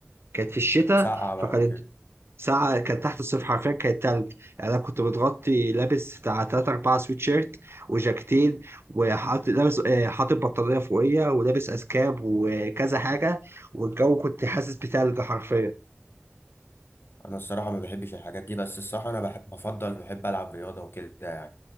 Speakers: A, on the right; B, on the left.
A: كانت في الشتاء
B: سقعة بقى
A: فكانت
B: وكده
A: ساعة كانت تحت الصفر حرفيا كانت تلج يعني أنا كنت متغطي لابس بتاع تلات أربعة سويت شيرت وجاكتين وحاطط لابس آه، حاطط بطانية فوقية ولابس أسكاب وكذا حاجة والجو كنت حاسس بتلج حرفيا
B: انا الصراحة ما بحبش الحاجات دي بس الصراحة انا بحب بفضل بحب العب رياضة وكده يعني